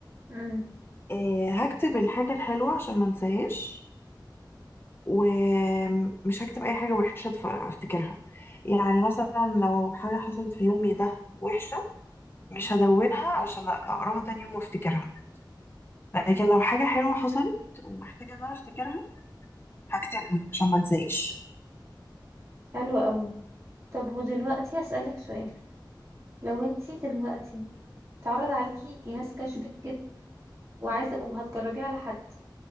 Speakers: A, on the right (about 40°); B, on the left (about 30°).
A: امم
B: آه، هكتب الحاجه الحلوه عشان ما انساهاش ومش هكتب اي حاجه وحشه اتف- افتكرها يعني مثلا لو حاجه حصلت في يومي ده وحشه مش هدونها عشان اقراها تاني يوم وافتكرها لكن لو حاجه حلوه حصلت ومحتاجه ان انا افتكرها هكتبها عشان ما انساهاش
A: حلو قوي طب ودلوقتي اسألك سؤال لو انت دلوقتي اتعرض عليكي جهاز كشف الكذب وعايزة وهتجربيه على حد